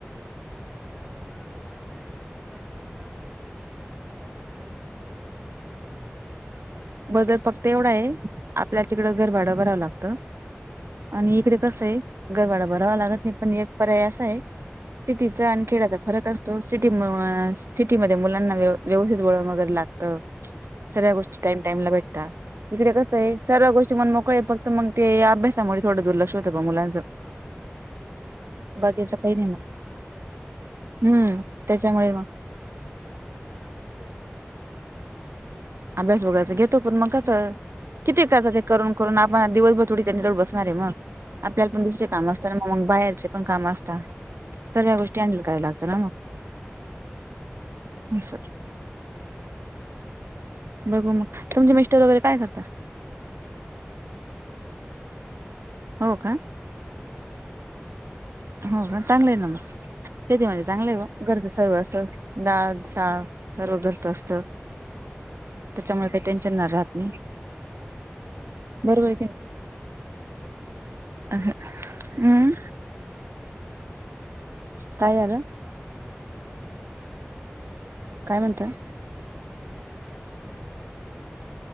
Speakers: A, in the centre; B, on the right.
A: हा पण गावाकडे येऊन आणि शेतीच आणि गावाचे काही बदल वाटतो का तुम्हाला?
B: बदल फक्त एवढा आहे आपल्या तिकडं घर भाडं
A: हम्म
B: भरावं लागतं आणि
A: हम्म
B: इकडे कसं आहे घरभाडं भरावा लागत नाही पण एक पर्याय असा आहे सिटीचा आणि खेळाचा फरक असतो सिटी सिटीमध्ये मुलांना व्यव व्यवस्थित वडन वगैरे लागतं.
A: हम्म.
B: सगळ्या गोष्टी टाईम-टाईमला भेटता, इकडे
A: हम्म
B: कसं आहे सर्व गोष्टी मण मोकळे फक्त मग ते अभ्यासामुळे थोडं दुर्लक्ष होतं ग मुलांचं.
A: हम्म हम्म कामाचं शेतीचं
B: बाकीचं
A: काम
B: काही नाही
A: वाटतं ना मग आपल्या मागे.
B: हम्म त्याच्यामुळे मग.
A: हा, तुम्ही अभ्यास घेत असाल ना मुलांचे?
B: अभ्यास वगैरयच घेतो पण मग कसं किती ते <unintelligible> करून-करुन आपण दिवसभर थोडी त्यांच्या जवळ बसणार आहे मग. आपल्याला
A: हम्म
B: पण
A: हम्म
B: दुसरे काम असतातना मग, मग बाहेरचे पण काम असतात.
A: हम्म
B: सगळ्या
A: हम्म
B: गोष्टी हँडल कराया लागत ना मग,
A: हम्म हम्म
B: <inaudible> अस. बघू मग, तुमचे मिस्टर वगैरे काय करतात?
A: शेतीच करता.
B: हो का?
A: हो.
B: हो हा चांगलं आहे ना मग तेथ म्हणजे चांगलं आहे गरजं सर्व असं डाळ, साळ, - सर्व घरच असत
A: हम्म
B: त्याच्यामुळे काही टेन्शन नाही राहत नाही.
A: हम्म,
B: बरोबर आहे की नाही?
A: <inaudible> हो मग.
B: असं, हम्. काय झालं?
A: हं.
B: काय म्हणताय?
A: काही नाही, तुम्ही काय म्हणत होत?